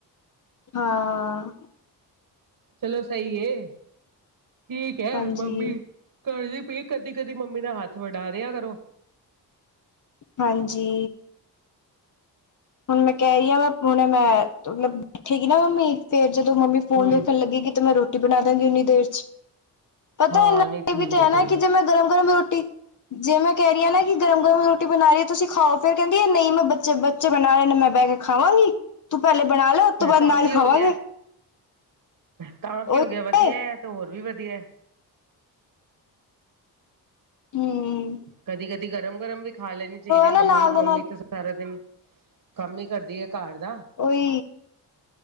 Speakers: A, on the left; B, on the right.
A: ਹਾਂ।
B: ਚਲੋ ਸਹੀ ਹੈ। ਠੀਕ ਹੈ
A: ਹਾਂਜੀ
B: ਮੰਮੀ। ਕਰਦੀ ਪਈ ਏ ਕਦੀ-ਕਦੀ ਮੰਮੀ ਦਾ ਹੱਥ ਵਡਾ ਦਿਆ ਕਰੋ।
A: ਹਾਂਜੀ। ਹੁਣ ਮੈਂ ਕਹਿ ਰਹੀ ਹਾਂ ਵ ਹੁਣੇ ਮੈਂ ਮਤਲਬ ਬੈਠੇਗੀ ਨਾ ਮੰਮੀ ਫੇਰ ਜਦੋਂ ਮੰਮੀ ਫੋਨ
B: ਹੂੰ
A: ਵੇਖਣ ਲੱਗੇਗੀ, ਤੇ ਮੈਂ ਰੋਟੀ ਬਣਾ ਦਵਾਗੀ ਉਓਨੀ ਦੇਰ ਚ। ਪਤਾ
B: ਹਾਂ
A: ਇਨਾ
B: ਨਹੀਂ ਠੀਕ
A: ਵੀ ਤੇ ਹੈਨਾ
B: ਹੈ ਠੀਕ
A: ਕਿ
B: ਹੈ
A: ਜੇ ਮੈਂ ਗਰਮ-ਗਰਮ ਰੋਟੀ ਜੇ ਮੈਂ ਕਹਿ ਰਹੀ ਹਾਂ ਨਾ ਕਿ ਗਰਮ-ਗਰਮ ਰੋਟੀ ਬਣਾ ਰਹੀ ਹੈ ਤੁਸੀਂ ਖਾਓ, ਫੇਰ ਕਹਿੰਦੀ ਹੈ ਨਹੀਂ ਮੈਂ ਬੱਚੇ ਬ ਬੱਚੇ ਬਣਾ ਰਹੇ ਨੇ ਮੈਂ ਬਹਿ ਕੇ ਖਾਵਾਂਗੀ। ਤੂੰ ਪਹਿਲੇ ਬਣਾ ਲੈ ਉਸ ਤੋਂ
B: ਮੈਂ
A: ਬਾਅਦ
B: ਤਾਂ
A: ਨਾਲ
B: ਕੀ
A: ਖਾਵਾਂਗੇ।
B: ਹੋ ਗਿਆ ਤਾਂ ਕੀ
A: ਉਹੀ
B: ਹੋ ਗਿਆ ਵਧੀਆ ਹੈ ਏ ਤੇ ਹੋਰ ਵੀ ਵਧੀਆ।
A: ਹਮ।
B: ਕਦੀ-ਕਦੀ ਗਰਮ-ਗਰਮ ਵੀ ਖਾ ਲੈਣੀ ਚਾਹੀਦੀ ਹੈ
A: ਨਾ
B: ਮੰਮੀ
A: ਨਾਲ
B: ਨੂੰ।
A: ਦੇ
B: ਮੰਮੀ
A: ਨਾਲ
B: ਤਾਂ ਸਾਰਾ ਦਿਨ ਕੰਮ ਹੀ ਕਰਦੀ ਹੈ ਘਰ ਦਾ।
A: ਉਈ।